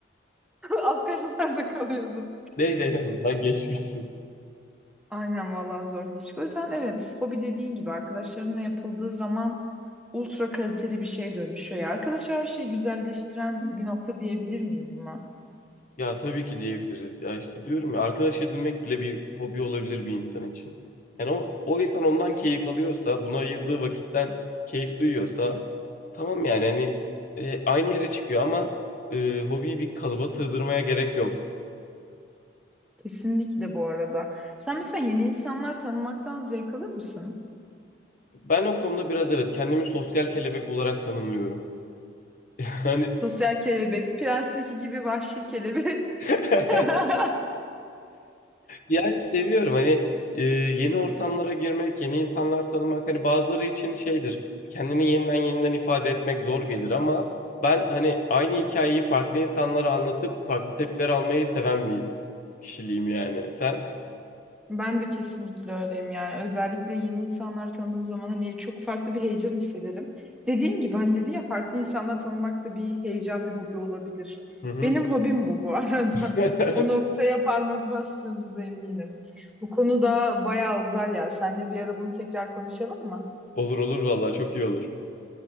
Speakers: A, in the centre; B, on the left.
A: <laughs> Az kalsın ben de kalıyordum.
B: Neyse en azından geçmişsin.
A: Aynen vallahi zor geçti. O yüzden evet hobi dediğin gibi arkadaşlarınla yapıldığı zaman ultra kaliteli bir şeye dönüşüyor. ya. Arkadaş her şeyi güzelleştiren bir nokta diyebilir miyiz buna?
B: Ya tabii ki diyebiliriz ya işte diyorum ya arkadaş edinmek bile bir hobi olabilir bir insan için. Yani o, o insan ondan keyif alıyorsa buna ayırdığı vakitten keyif duyuyorsa tamam yani hani e, aynı yere çıkıyor ama e, hobiyi bir kalıba sığdırmaya gerek yok.
A: Kesinlikle bu arada. Sen mesela yeni insanlar tanımaktan zevk alır mısın?
B: Ben o konuda biraz evet kendimi sosyal kelebek olarak tanımlıyorum. <laughs> Yani
A: Sosyal kelebek, Prens'teki gibi vahşi kelebek.
B: <laughs>
A: <laughs>
B: Yani seviyorum hani e, yeni ortamlara girmek, yeni insanlar tanımak hani bazıları için şeydir. Kendini yeniden yeniden ifade etmek zor gelir ama ben hani aynı hikayeyi farklı insanlara anlatıp farklı tepkiler almayı seven bir kişiliğim yani. Sen?
A: Ben de kesinlikle öyleyim yani. Özellikle yeni insanlar tanıdığım zaman hani çok farklı bir heyecan hissederim. Dediğim gibi hani dedin ya farklı insanlar tanımak da bir heyecan, bir hobi olabilir.
B: Hı hı.
A: Benim hobim bu bu arada.
B: <laughs>
A: <laughs> O noktaya parmak bastığımıza eminim. Bu konu daha bayağı uzar ya. Seninle bir ara bunu tekrar konuşalım mı?
B: Olur olur vallahi çok iyi olur.